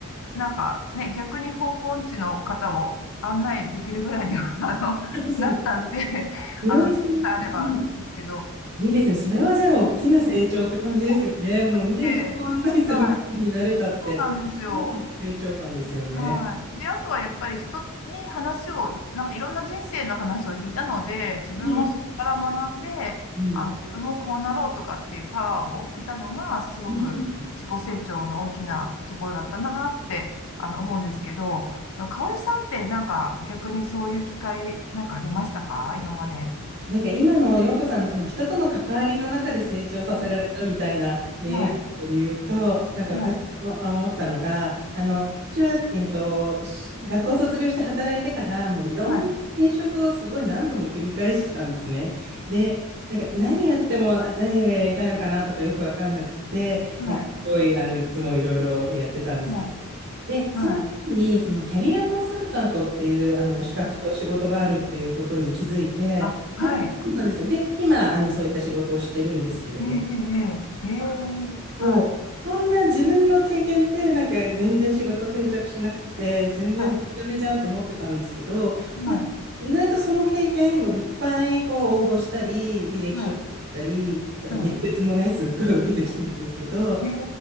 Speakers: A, on the left (about 70°); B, on the right (about 50°).
A: なんかね、逆に方向音痴の方を案内できるぐらいには、<laughs> あの、
B: すごい。
A: なったんで、
B: それは
A: あの、地図さえあればですけど、
B: うん。いいですね。それはじゃあ、大きな成長って感じですよね。
A: も
B: もうね、
A: う、で、
B: 人を案内する気になれたって、
A: はい、そうなんですよ。
B: かなりの成長感ですよね。
A: はい。で、あとはやっぱり人に話を、なんかいろんな人生の話を聞いたので、自分もそこから学んで、
B: うん。あ、うん。
A: あの、自分もこうなろうとかっていうパワーを得たのが、すごく自己成長の大きなところだったなって、
B: うん。
A: あの、思うんですけど、かおりさんってなんか逆にそういう機会なんかありましたか今まで。
B: なんか今の陽子さんのその人との関わりの中で成長させられたみたいなね、
A: はい、はい、
B: エピソードで言うと、なんか私もあ思ったのが、
A: は
B: あの、私は、えっと、し学校卒業して働いてから、もういろんな転職をすごい何度も繰り返してきたんですね。
A: い、はい、
B: で、なんか何やっても何がやりたいのかなとかよくわかんなくて、
A: はい、
B: なんかすごい、あの、いつもいろいろやってたんですけど、
A: はい、
B: で、その時に、
A: はい、は
B: そのキャリアコンサルタントっていう、あの、資格と仕事があるっていうことに気づいて、
A: い。あ、はい。
B: そうなんですよ。で、今、あの、そういった仕事をしてるんですけれども、
A: えええええええ
B: あ
A: えはい。
B: そう、そんな自分の経験って、なんか全然仕事定着しなくて、全然ダメダメじゃんと思ってたんですけど、
A: はいはい、
B: なんか意外とその経験もいっぱいこう応募したり、履歴書作ったり、
A: はい、は
B: あと面接もね、
A: い、
B: すっごい受けてきたんですけど、
A: はい。え